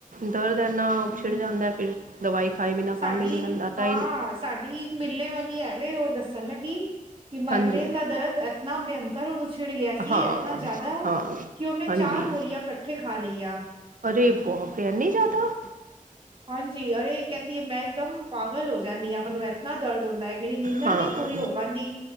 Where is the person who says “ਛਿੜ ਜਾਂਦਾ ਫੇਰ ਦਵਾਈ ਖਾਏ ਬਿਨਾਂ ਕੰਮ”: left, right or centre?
Right